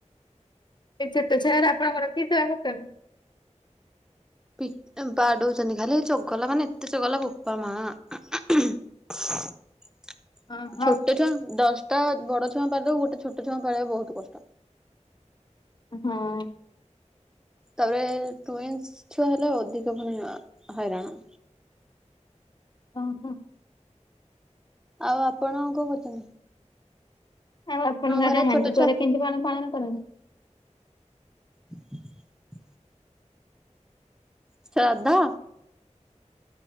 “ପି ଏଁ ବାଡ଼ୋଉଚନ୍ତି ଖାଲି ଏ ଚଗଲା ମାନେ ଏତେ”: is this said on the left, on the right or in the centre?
Centre